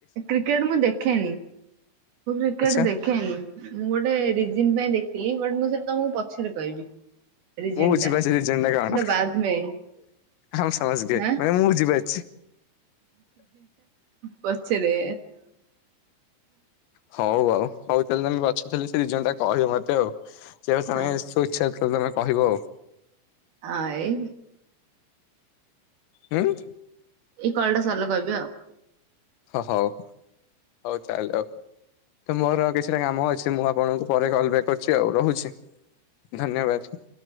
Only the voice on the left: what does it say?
ଆଚ୍ଛା
ମୁଁ ବୁଝିପାରୁଛି
ଦୁ ଜା କଣ
ଆମ ସମସ୍ତେ
ମାନେ ମୁଁ ବୁଝିପାରୁଛି।
ହଉ ଆଉ ହଉ ତାହେଲେ ତମେ ବାଛୁଥିଲ ସେ ଦିଇ ଜଣ ଟା କହିବ ମତେ ଆଉ ଯେଉ ସମୟ
ସୂ୍ଛକ ତ ତମେ କହିବ ଆଉ।
ହୁଁ।
ହ ହଉ ହଉ ତାହେଲେ ତ ମୋର କିଛିଟା କାମ ଅଛି ମୁଁ ଆପଣଙ୍କୁ ପରେ କଲ ବକ୍ କରୁଛି ଆଉ ରହୁଛି ଧନ୍ୟବାଦ।